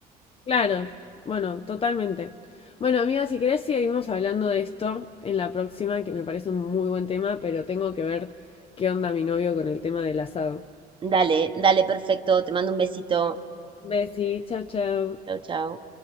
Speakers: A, on the left (about 35°); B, on the right (about 30°).
A: Claro, bueno, totalmente. Bueno, amiga, si querés seguimos hablando de esto en la próxima, que me parece un muy buen tema, pero tengo que ver qué onda mi novio con el tema del asado.
B: Dale, dale, perfecto, te mando un besito.
A: Besí, chao, chao.
B: Chau, chau.